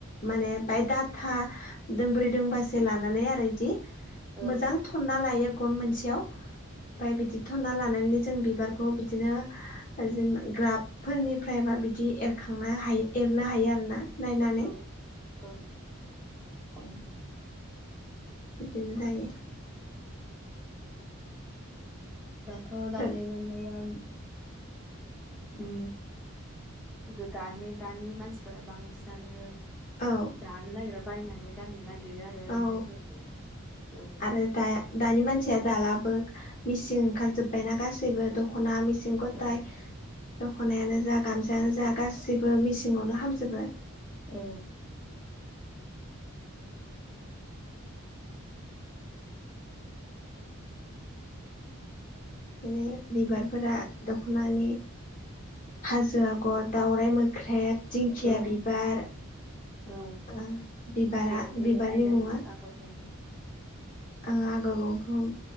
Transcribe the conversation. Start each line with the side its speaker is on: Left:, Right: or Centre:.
Left: माने ओमफ्राय डाटा दोंब्रै दोंबासो लानानै आरो इदि
Centre: औ
Left: मोजां थनना लायो गन मोनसेआव ओमफ्राय बिदि थनना लाना माने जों बिबारखौ बिदिनो जेनेबा ग्राबफोरनिफ्रायबा बिदि एरखांनो हायो एरनो हायो आरो ना नायनानै
Centre: ओं
Left: ।
Centre: औ औ
Left: बिदिनो जायो ।
Centre: दाथ' दानाय
Left: आरो
Centre: लुनाया उ गोदानै दानि मानसिफोरा बांसिनानो
Left: औ
Centre: दानो नागेरा बायनानै गाननो ना <unintelligible> आरो
Left: औ
Centre: औ <unintelligible>
Left: आरो दा दानि मानसिया दालाबो मिसिं ओंखारजोब्बायनाा गासैबो दख'ना मि सिं गथाय
Centre: औ
Left: दख'नायानो जा गामसायानो जा गासैबो मेसिङावनो हामजोबो ।
Centre: औ।
Left: बिदिनो बिबारफोरा दखनानि हाजो आगर, दाावराइ मोख्रेब, दिंखिया
Centre: औ
Left: बिबार
Centre: औ
Left: ओ बिबारा
Centre: बेलेग-बेलेग
Left: बिबारनि
Centre: आयदानि
Left: मुङा
Centre: आगर दं ।
Left: ओ आगर गंखं